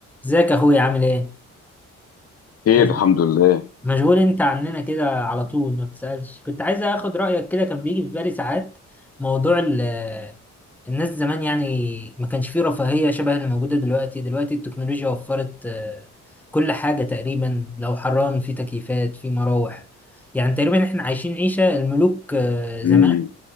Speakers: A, in the centre; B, on the left.
A: ازيك يا اخويا عامل ايه
B: خير
A: مف-
B: الحمد لله
A: مشغول انت عننا كده على طول ما بتسألش كنت عايز اخد رأيك كده كان بيجي في بالي ساعات موضوع ال الناس زمان يعني ما كانش فيه رفاهية شبه اللي موجودة دلوقتي دلوقتي التكنولوجيا وفرت آه، كل حاجة تقريبا لو حران في تكييفات في مراوح يعني تقريبا احنا عايشين عيشة الملوك آه، زمان
B: امم